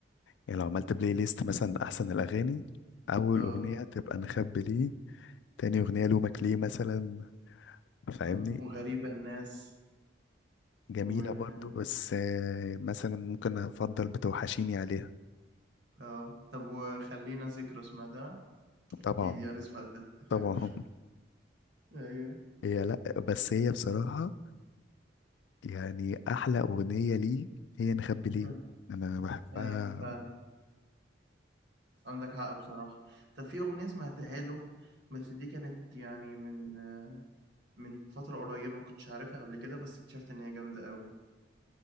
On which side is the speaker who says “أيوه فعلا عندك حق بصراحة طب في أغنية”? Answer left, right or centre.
Right